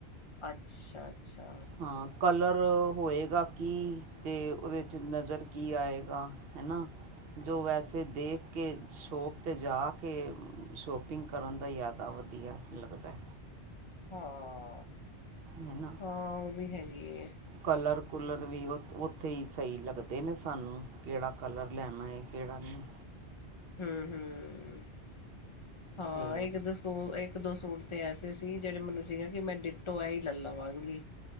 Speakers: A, on the left; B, on the right.
A: ਅੱਛਾ। ਅੱਛਾ
B: ਹਾਂ, ਕਲਰ ਹੋਏਗਾ ਕੀ ਤੇ ਉਹਦੇ ਚ ਨਜ਼ਰ। ਕੀ ਆਏਗਾ ਹੈਨਾ। ਜੋ ਵੈਸੇ ਦੇਖ ਕੇ, ਸ਼ੋਪ 'ਤੇ ਜਾ ਕੇ, ਸ਼ੋਪਿੰਗ ਕਰਨ ਦਾ ਜ਼ਿਆਦਾ ਵਧੀਆ। ਲੱਗਦਾ ਅ
A: ਹਾਂ
B: ਹੈਨਾ
A: ਹਾਂ ਉਹ ਵੀ ਹੈਗੀ ਹੈ
B: ਕਲਰ ਕੁੂਲਰ ਵੀ ਉ ਉੱਥੇ ਹੀ ਸਹੀ ਲੱਗਦੇ ਨੇ ਸਾਨੂੰ, ਕਿਹੜਾ ਕਲਰ ਲੈਣਾ ਹੈ ਕਿਹੜਾ ਨਹੀਂ
A: ਹਮ ਹਮ, ਹਾਂ
B: ਤੇ
A: ਇੱਕ ਦੱਸੋ ਇੱਕ ਇੱਕ ਦੋ ਸੂਟ ਤੇ ਐਸੇ ਸੀ ਜਿਹੜੇ ਮੈਨੂੰ ਸੀਗੇ ਕਿ ਮੈਂ ਡਿਟੋ ਐ ਹੀ ਲੈ ਲਵਾਂਗੀ